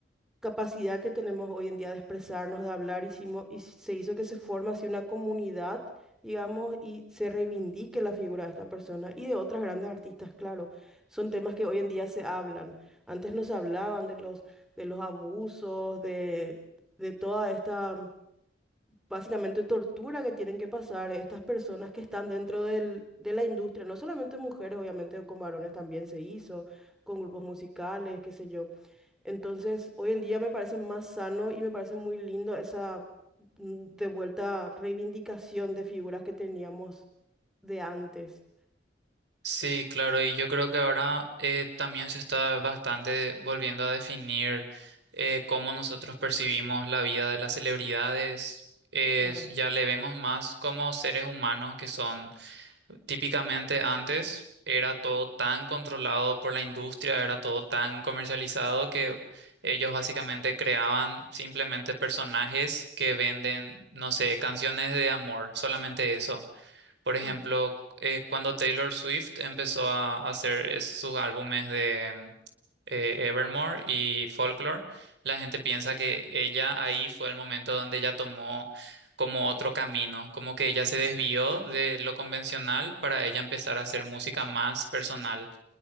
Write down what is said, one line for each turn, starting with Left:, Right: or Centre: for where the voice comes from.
Centre: capacidad que tenemos hoy en día de expresarnos, de hablar, hicimos, y se hizo que se forme así una comunidad, digamos, y se reivindique la figura de esta persona y de otras grandes artistas, claro. Son temas que hoy en día se hablan. Antes no se hablaban de los, de los abusos, de, de toda esta básicamente tortura que tienen que pasar estas personas que están dentro del- de la industria, no solamente mujeres, obviamente con varones también se hizo, con grupos musicales, qué sé yo. Entonces, hoy en día me parece más sano y me parece muy lindo esa mm, de vuelta reivindicación de figuras que teníamos de antes.
Right: Sí, claro, y yo creo que ahora eh, también se está bastante volviendo a definir eh, cómo nosotros percibimos la vida de las celebridades. Es-
Centre: Claro.
Right: ya le vemos más como seres humanos que son. Típicamente antes era todo tan controlado por la industria, era todo tan comercializado que ellos básicamente creaban simplemente personajes que venden, no sé, canciones de amor, solamente eso. Por ejemplo,
Centre: Ujú.
Right: eh, cuando Taylor Swift empezó a hacer es- sus álbumes de mm, eh, Evermore y Folklore, la gente piensa que ella ahí fue el momento donde ella tomó como otro
Centre: Mm.
Right: camino, como que ella se desvió de lo convencional para ella empezar a hacer música más personal.